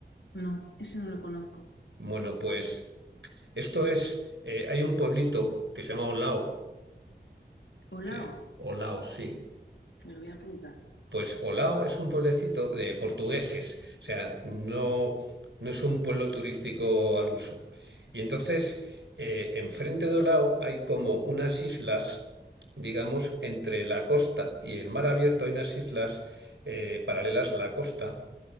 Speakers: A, on the left; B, on the right.
A: no, ese no lo conozco.
B: Bueno, pues esto es, eh, hay un pueblito que se llama Olao,
A: Olao,
B: que Olao, sí.
A: me lo voy a apuntar.
B: Pues Olao es un pueblecito de portugueses, o sea, no, no es un pueblo turístico al uso. Y entonces, eh, enfrente de Olao hay como unas islas, digamos, entre la costa y el mar abierto hay unas islas eh, paralelas a la costa,